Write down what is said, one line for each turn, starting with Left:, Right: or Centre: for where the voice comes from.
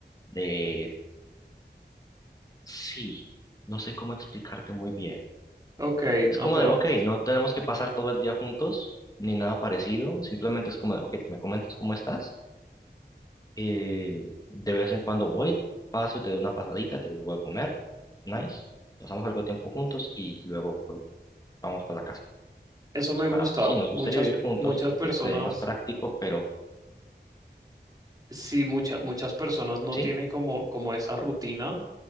Left: de... Sí, no sé cómo explicarte muy bien.
Right: Ok, no,
Left: Es como
Right: pero
Left: de, ok, no tenemos que pasar todo el día juntos, ni nada parecido. Simplemente es como de, ok, me comentas cómo estás. eh, de vez en cuando voy, paso y te doy una pasadita, te voy a comer. Nice. Pasamos algo de tiempo juntos y luego vamos para la casa,
Right: eso me
Left: separados.
Right: gusta.
Left: Sí, nos
Right: Muchas,
Left: gustaría vivir juntos
Right: muchas
Left: porque
Right: personas,
Left: sería más práctico, pero
Right: sí, muchas, muchas personas no
Left: sí,
Right: tienen como, como esa rutina